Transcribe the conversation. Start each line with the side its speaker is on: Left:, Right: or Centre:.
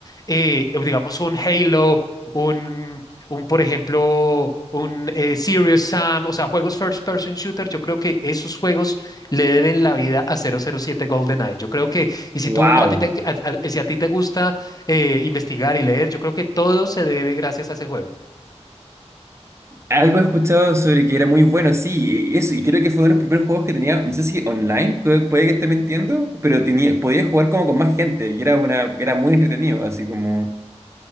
Left: eh, digamos un Halo, un, un por ejemplo, un eh, Serious Sam, o sea, juegos first person shooter, yo creo que esos juegos le deben la vida a 007 GoldenEye. Yo creo que, y si
Right: Wow.
Left: tú, a ti te, a- a- si a ti te gusta eh, investigar y leer, yo creo que todo se debe gracias a ese juego.
Right: Algo he escuchado sobre que era muy bueno, sí, y eso, y creo que fue uno de los primeros juegos que tenía, no sé si online, creo- puede que esté mintiendo, pero tenía, podía jugar como con más gente, y era una, era muy entretenido, así como,